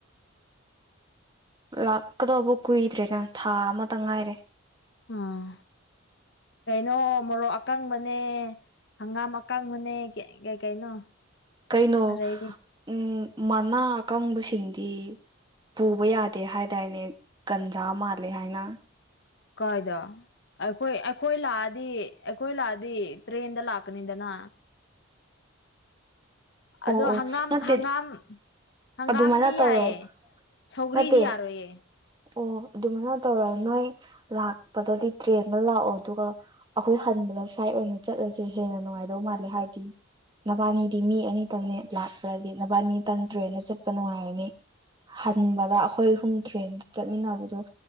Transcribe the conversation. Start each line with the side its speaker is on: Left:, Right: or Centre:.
Right: ꯂꯥꯛꯀꯗꯕ ꯀꯨꯏꯗꯔ꯭ꯦꯅ ꯊꯥ ꯑꯃ ꯇꯪ ꯉꯥꯏꯔꯦ꯫
Left: ꯎꯝ ꯀꯩꯅꯣ ꯃꯔꯣꯛ ꯑꯀꯪ ꯃꯅꯦ ꯍꯪꯒꯥꯝ ꯑꯀꯥꯡꯕꯅꯦ ꯀ ꯀꯩꯅꯣ
Right: ꯀꯩꯅꯣ
Left: ꯑꯗꯩꯗꯤ
Right: ꯎꯝ ꯃꯅꯥ ꯑꯀꯪꯕꯁꯤꯡꯗꯤ ꯄꯨꯕ ꯌꯥꯗꯦ ꯍꯥꯏꯗꯥꯏꯅꯦ ꯒꯟꯖꯥ ꯃꯥꯜꯂꯦ ꯍꯥꯏꯅ꯫
Left: ꯀꯥꯏꯗ ꯑꯩꯈꯣꯏ ꯑꯩꯈꯣꯏ ꯂꯥꯛꯑꯗꯤ ꯑꯩꯈꯣꯏ ꯂꯥꯛꯑꯗꯤ ꯇ꯭ꯔꯦꯟꯗ ꯂꯥꯛꯀꯅꯤꯗꯅ꯫
Right: ꯑꯣ
Left: ꯑꯗꯣ
Right: ꯑꯣ
Left: ꯍꯪꯒꯥꯝ
Right: ꯅꯠꯇꯦ
Left: ꯍꯪꯒꯥꯝ ꯍꯪꯒꯥꯝꯗꯤ
Right: ꯑꯗꯨꯃꯥꯏꯅ ꯇꯧꯔꯣ
Left: ꯌꯥꯏꯑꯦ ꯁꯧꯒ꯭ꯔꯤꯗꯤ
Right: ꯅꯠꯇꯦ
Left: ꯌꯥꯔꯣꯏꯌꯦ꯫
Right: ꯑꯣ ꯑꯗꯨꯃꯥꯏꯅ ꯇꯧꯔ ꯅꯣꯏ ꯂꯥꯛꯄꯗꯗꯤ ꯇ꯭ꯔꯦꯟꯗ ꯂꯥꯛꯑꯣ ꯑꯗꯨꯒ ꯑꯩꯈꯣꯏ ꯍꯟꯕꯗ ꯐ꯭ꯂꯥꯏꯠ ꯑꯣꯏꯅ ꯆꯠꯂꯁꯦ ꯍꯦꯟꯅ ꯅꯨꯡꯉꯥꯏꯗꯧ ꯃꯥꯜꯂꯦ ꯍꯥꯏꯗꯤ ꯅꯕꯥꯅꯤꯗꯤ ꯃꯤ ꯑꯅꯤꯇꯪꯅꯦ ꯂꯥꯛꯄꯗꯗꯤ ꯅꯕꯥꯅꯤꯇꯪ ꯇ꯭ꯔꯦꯟꯗ ꯆꯠꯄ ꯅꯨꯡꯉꯥꯏꯔꯅꯤ ꯍꯟꯕꯗ ꯑꯩꯈꯣꯏ ꯑꯍꯨꯝ ꯇ꯭ꯔꯦꯟ ꯆꯠꯃꯤꯟꯅꯕꯗꯣ